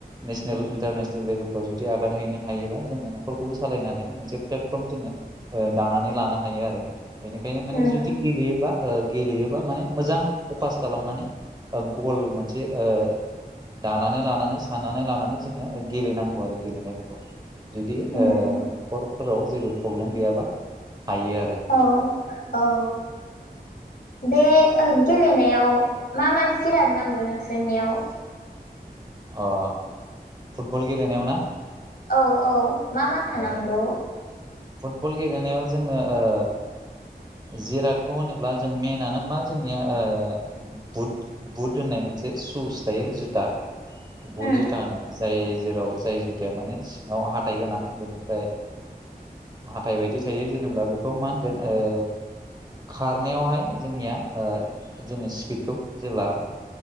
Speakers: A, on the right; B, on the left.
A: नेसनेल इन्टारनेसनेल लेभेलाव जुदि आग आगान हैैनो हायोबा जोङो न'खरखौबो सालायनो हानायनि मोनसे प्लेटफर्म जोङो दानानै लानो हायो आरो। बेनिखायनो माने
B: उम
A: जुदि गेलेयोबा गेलेयोबा माने मोजां फकास खालामनानै गल मोनसे ओ दानानै लानानै साननानै लानानै जोङो गेलेनांगौ आरो गेलेनाय जुदि
B: उम
A: ओ न'खरफोराव जेबो प्रब्लेम गैयाबा हायो आरो।
B: औ औ। बे गेलेनायाव मा मा जिराद नांगौ नोंसोरनियाव?
A: अ फुटबल गेलेनायाव ना?
B: औ औ मा मा थानांगौ?
A: औ फुटबल गेलेनायाव जोङो ओ जिरादखौ होनोब्ला जों मेनानो मा जोंनिया ओ बुट बुट होननाय मोनसे सुस थायो जुथा। बहुद
B: उम
A: जुथा होननाय जाय जेराव जाय जुथाया माने सिङाव हाथाय गोनां। बेनिफ्राय हाथाइ बायदि थायो जेनेबा बेखौ मा होनगोन ओ खारनायावहाय जोंनिया ओ जोङो स्पिडखौ जेब्ला